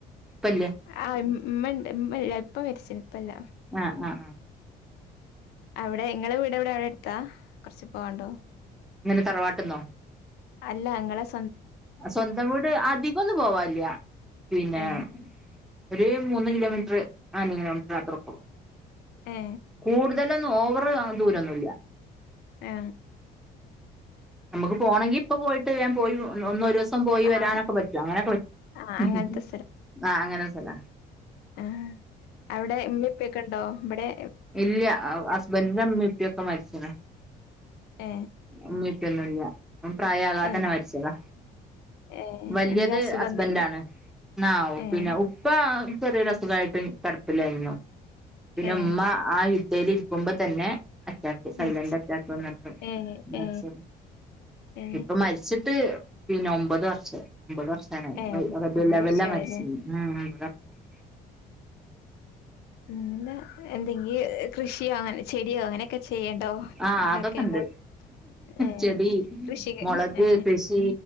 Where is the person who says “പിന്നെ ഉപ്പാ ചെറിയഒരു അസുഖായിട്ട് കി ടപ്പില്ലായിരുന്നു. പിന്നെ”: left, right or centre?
Centre